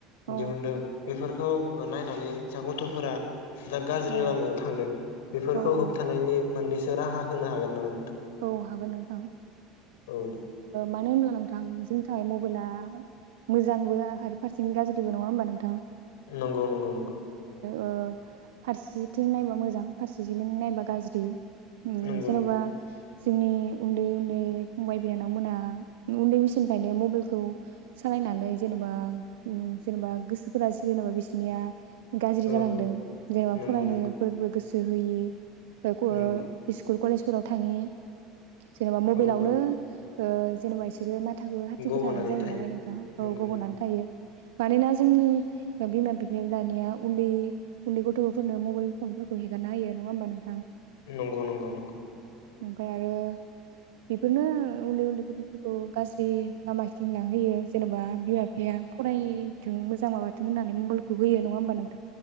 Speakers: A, on the right; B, on the left.
A: औ
B: दिहुनदों बेफोर खौ अ नायनानै जा गथ'फोरा दा गाज्रि
A: औ
B: लामायाव थांदों बेफोरखौ
A: औ औ
B: होबथानायनि मोननैसो राहा होनो हागोन नामा नों?
A: औ हागोन नोंथां
B: औ दे
A: मानो ओ होनब्ला नों नोंथां जोंनि थाखाय मबाइला मोजांबो आरो फारसेथिं गाज्रिबो नङा होनबा? नों
B: नंगौ नंगौ नंगौ।
A: ओ फारसेथिं नायबा मोजां फारसेथिं नायबा गाज्रि। उम
B: नंगौ
A: जेन'बा
B: नंगौ
A: जोंनि उन्दै उन्दै फंबाय बिनानावमोना उन्दै बैसोनिफ्रायनो मबाइलखौ सालायनानै जेनेबा उ जेनेबा गोसोफोरा जेनेबा बिसोरनिया गाज्रि
B: औ
A: जालांदों
B: औ
A: जेनेबा
B: नंगौ
A: फरायनोफोरबो
B: नंगौ
A: गोसो <unintelligible> होयि ओ क-इस्कुल,
B: नंगौ
A: कलेज राव थाङि जेनेबा मबाइलावनो
B: औ औ
A: ओ जेनेबा बिसोरो मा आथाखौ हाथिबाय
B: गब'नानै
A: थानाय जायो
B: थायो
A: नालाय नोंथां औ
B: नंगौ
A: गब'नानै
B: नंगौ
A: थायो थ मानोना जोंनि बिमा बिफाया दानिया उन्दै उन्दै गथ'फोरनो मबाइल फनफोरखौ हेगारना होयो नङा होमबा नों
B: नंगौ नंगौ नंगौ
A: ओमफ्राय आरो बेफोरनो उन्दै उन्दै गथ'फोरखौ गाज्रि लामा खिथिं लांहयो जेनेबा बिमा बिफाया फरायथों मोजां माबाथों होननानै मबाइलखौ होयो नङा होमबा नों